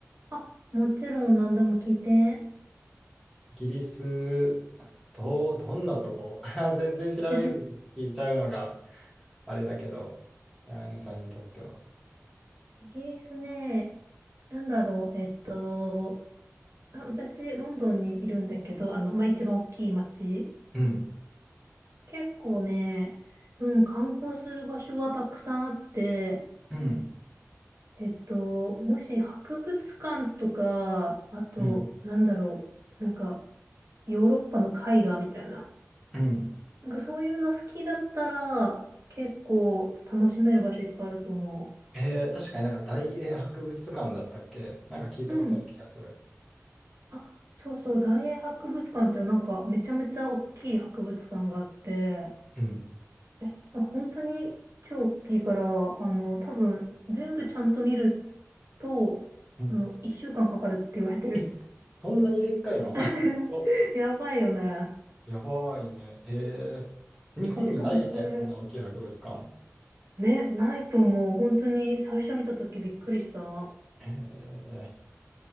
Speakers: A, on the right; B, in the centre.
A: あ、もちろん何でも聞いて。
B: イギリス、どう、どんなとこ <laughs> 全然調べずに聞いちゃうのが、
A: <laughs>
B: あれだけど、あやねさんにとっては。
A: イギリスね、なんだろう、えっと、あ私、ロンドンにいるんだけど、あの、まあ、一番大きい街。
B: うん、
A: 結構ね、うん、観光する場所はたくさんあって、
B: うん、
A: えっと、もし博物館とか、あと、
B: うん、
A: なんだろう、なんか、ヨーロッパの絵画みたいな。
B: うん。
A: なんかそういうの好きだったら、結構楽しめる場所いっぱいあると思
B: えー、確かになんか大英博物館だったっけなんか聞いたことある気がする。
A: う。うん。あ、そうそう、大英博物館っていうなんかめちゃめちゃ大きい博物館があって、
B: うん。
A: え、なんか本当に超大きいから、あの、多分全部ちゃんと見ると、
B: うん。
A: あの、一週間かんかかるって言われてる。
B: え、そんなにでっかいの
A: <laughs>
B: <laughs> お、
A: やばいよね。
B: やばいね。えー、日本にないよね、
A: しかもこれ、
B: そんな大きい博物館。
A: ね、ないと思う。本当に最初見た時びっくりした。
B: えー、